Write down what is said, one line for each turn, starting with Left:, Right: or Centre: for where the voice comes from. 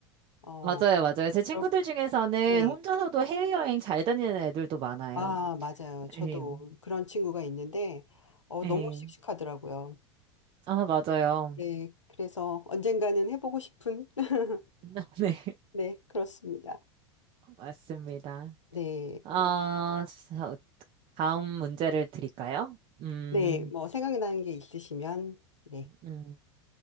Left: 어,
Right: 맞아요, 맞아요. 제 친구들
Left: 그렇,
Right: 중에서는
Left: 네.
Right: 혼자서도 해외여행 잘 다니는 애들도 많아요.
Left: 아, 맞아요. 저도
Right: 예,
Left: 그런 친구가 있는데, 어,
Right: 예.
Left: 너무 씩씩하더라고요.
Right: 아, 맞아요.
Left: 네, 그래서 언젠가는 해보고 싶은, <laughs>
Right: <laughs> 네,
Left: 네, 그렇습니다.
Right: 맞습니다.
Left: 네,
Right: 아,
Left: 뭐,
Right: 저- 다음 문제를 드릴까요? 음,
Left: 네, 뭐, 생각나는 게 있으시면, 네.
Right: 음.